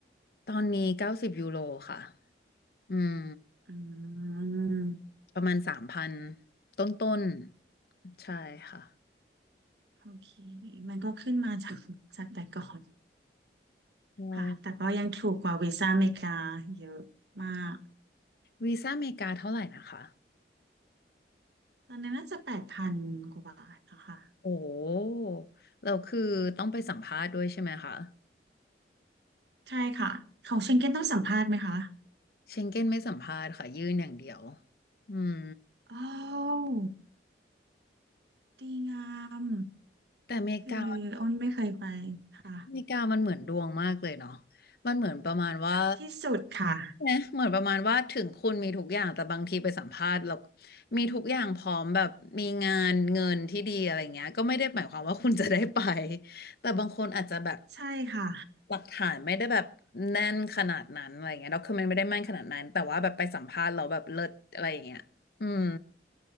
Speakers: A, on the left; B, on the right.
A: ตอนนี้เก้าสิบยูโรค่ะอืม
B: อืม
A: ประมาณสามพันต้นต้นๆใช่ค่ะ
B: โอเคมันก็ขึ้นมาจากจากแต่ก่อน
A: ใช่
B: ค่ะ แต่ก็ยังถูกกว่าวีซ่าอเมริกาเยอะมาก
A: วีซ่าอเมริกาเท่าไหร่นะคะ
B: ตอนนั้นน่าจะแปดพันกว่าบาทนะคะ
A: โอ้เราคือต้องไปสัมภาษณ์ด้วยใช่ไหมคะ
B: ใช่ค่ะ ของเชงเก้นต้องสัมภาษณ์ไหมคะ
A: เชงเก้นไม่สัมภาษณ์ค่ะยื่นอย่างเดียวอืม
B: โอ้าวดีงาม
A: แต่อเมริกา
B: คืออ้นไม่เคยไปค่ะ
A: อเมริกามันเหมือนดวงมากเลยเนาะมันเหมือนประมาณว่า
B: ที่สุดค่ะ
A: เนะเหมือนประมาณว่าถึงคุณมีทุกอย่างแต่บางทีไปสัมภาษณ์แล้วมีทุกอย่างพร้อมแบบมีงานเงินที่ดีอะไรเงี้ยก็ไม่ได้หมายความว่าคุณจะได้ไปแต่บางคนอาจจะแบบ
B: ใช่ค่ะ
A: หลักฐานไม่ได้แบบแน่นขนาดนั้นอะไรเงี้ยด็อกคือมันไม่ได้แม่นขนาดนั้นแต่ว่าแบบไปสัมภาษณ์เราแล้วแบบเลิศอะไรอย่างเงี้ยอืม